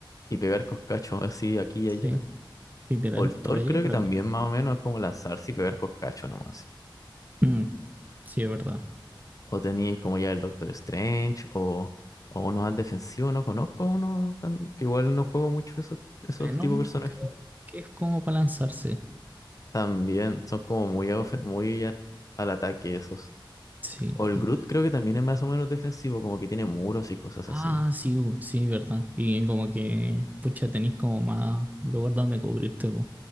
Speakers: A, on the left; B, on the right.
A: y pegar coscachos así aquí y allá.
B: Sí, literal,
A: O el Thor
B: por allí
A: creo
B: y por
A: que también
B: acá.
A: más o menos es como lanzarse y pegar coscachos nomás. Así.
B: Mm, sí, es verdad.
A: O tenía como ya el Doctor Strange, o, o uno más defensivo, no conozco uno tan, que igual no juego mucho esos, esos
B: Venom
A: tipos de personajes.
B: creo que es como para lanzarse.
A: También son como muy, a ofe- muy a- al ataque esos.
B: Sí.
A: O el
B: y
A: Groot
B: tiene-
A: creo que también es más o menos defensivo, como que tiene muros y cosas
B: Ah,
A: así.
B: sí, bu, sí, verdad. Y como que, pucha, tenéis como más lugar donde cubrirte, bu.